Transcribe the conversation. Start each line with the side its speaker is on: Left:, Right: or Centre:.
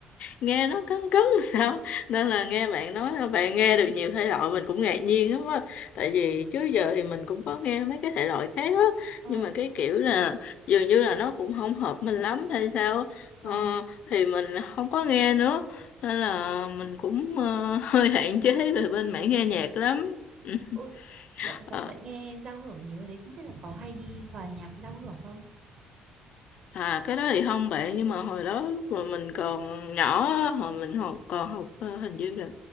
Left: nghe nó cấn cấn <laughs> sao nên là nghe bạn nói là bạn nghe được nhiều thể loại mình cũng ngạc nhiên lắm á tại vì trước giờ thì mình cũng có nghe mấy cái thể loại khác á
Right: ờ
Left: nhưng mà cái kiểu là dường như là nó cũng không hợp mình lắm hay sao á. ờ,
Right: ờ
Left: thì mình không có nghe nữa nên là mình cũng ờ, <laughs> hơi hạn chế về bên mảng nghe nhạc lắm Ừ.
Right: ôi bạn
Left: Ờ,
Right: bạn bạn nghe giao hưởng nhiều như thế không biết là có hay đi hòa nhạc giao hưởng không?
Left: À cái đó thì không bạn nhưng mà hồi đó lúc mà mình còn nhỏ á, hồi mình học còn học ờ, hình như là